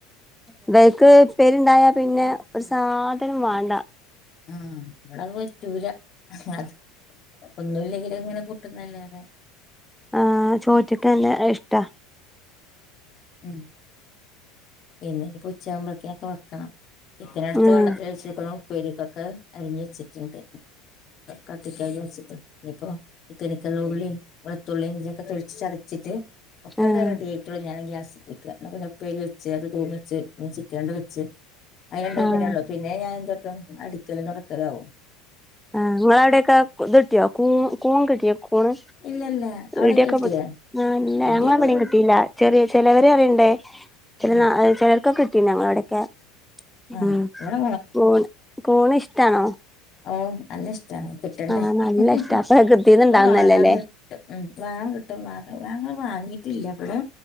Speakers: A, in the centre; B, on the left.
A: ഇവേക്ക് ഉപ്പേരിരുണ്ടായാ പിന്നെ ഒരു സാധനം വ <inaudible>
B: ആ ഇവിടത് പറ്റൂല അത് ഒന്നുല്ലെങ്കില് അത് ഇങ്ങനെ കൂട്ടുന്നല്ലതെ
A: ആ ചോറ്റ്ക്കല്ലേ ഇഷ്ടാ
B: ഉം പിന്നെ ഇനിപ്പം ഉച്ചയാവുമ്പ കെ ഒക്കെ വെക്കണം ചിക്കനെട്ത്ത്
A: ഉം
B: വള്ളത്ത് വെച്ചേക്ണ് പേരിക്കൊക്കെ അരിഞ്ഞു വെച്ചിട്ടുണ്ട് കട്ട് ചെയ്തു വച്ചിട്ടുണ്ട് ന്പ്പം തെലിക്ക്കുള്ളി വെളുത്തുള്ളിയും ഇഞ്ചി ഒക്കെ തൊലിച്ച് ചതച്ചിട്ട് ഒക്കണ്ട
A: ആഹ്
B: റെഡിയായിട്ട് ഞൻ ഗ്യാ ശ്രദ്ധിക്ക ന്നാപിന്നേ പ്പേരി വ ചേത തൂമിച്ച്‌ ചിക്കേണ്ട് വെച്ച് ആയണ്ടു
A: ആഹ്
B: ഒന്നിനേ ഉള്ള പിന്നെ ഞാ എ അടിക്കലും തൊടക്കലാവും
A: ആ നിങ്ങവിടെക്കെ ഇത്ട്ടിയോ കൂൺ കിട്ടിയോ കൂണ്
B: ഇല്ലല്ല അവിടെക്കെ
A: ഇടി ഒക്കെ
B: കിട്ടിയോ
A: പെട്ടിആ ല്ല
B: ഇടിയൊക്കെ
A: ഞങ്ങവിടെയും
B: ഇവിടെ
A: കിട്ടിയില്ല ചെറിയ ചെലവര അറിയണ്ടേ ചില
B: ആഹ്
A: വെൽക്കക്കെകിട്ട്ണ് ഞങ്ങടെ ല്ല അ
B: ആഹ് ഇവിടെ
A: കൂൺ കൗൺ ഇഷ്ടാണോ
B: ആഹ് അല്ല ഷ് ച്ചാ ന്ന് കിട്ടണ്ടേ
A: ആഹ് നല്ല
B: ഉ
A: ഇഷ്ടാ അപ്പൊ പ്രകൃതീന്ന്
B: ഇപ്പൊ
A: ഇണ്ടാവുന്നതല്ലേ
B: വാങ്ങാൻ
A: ല്ലേ
B: കിട്ടും ഉ വാങ്ങാൻ കിട്ടും മ്മാ അഞങ്ങ വാങ്ങിട്ടില്ല ഇവിടെ